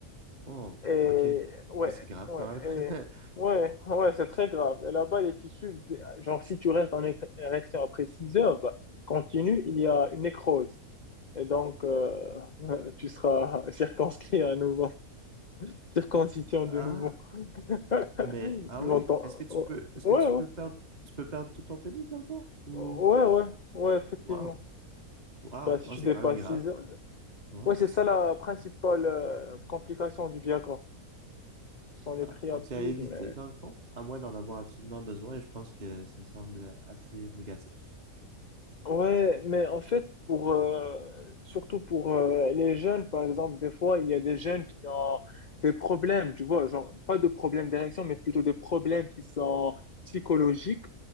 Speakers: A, on the right; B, on the left.
A: Oh,
B: Et
A: ok.
B: ouais,
A: Ah, c'est grave
B: ouais,
A: quand même.
B: et-
A: <laughs>
B: ouais, ouais, c'est très grave. Et là-bas, les tissus, genre si tu restes en éc- érection après 6 heures, bah, continue, il y a une nécrose. Et donc, euh, <laughs> tu seras circonscrit à nouveau, <laughs> circoncision
A: Ah,
B: de nouveau. <laughs>
A: mais... Ah
B: Ils
A: oui,
B: vont t'en-
A: est-ce que tu
B: oh,
A: peux... Est-ce
B: Ouais,
A: que tu
B: ouais,
A: peux perdre... Tu peux perdre tout ton pénis dans le fond? Ou...
B: ouais, ouais, ouais, effectivement.
A: Wow. Wow.
B: Bah, si
A: Oh,
B: tu
A: c'est
B: dépasses
A: quand même grave.
B: 6 heures.
A: Wow.
B: Ouais, c'est ça la principale euh, complication du Viagra. Ce sont les
A: Ah,
B: priapismes.
A: donc c'est à éviter, dans le fond, à moins d'en avoir absolument besoin, et je pense que ça semble assez négatif.
B: Ouais, mais en fait, pour, euh, surtout pour euh, les jeunes, par exemple, des fois, il y a des jeunes qui ont des problèmes, tu vois, genre, pas de problèmes d'érection, mais plutôt des problèmes qui sont psychologiques.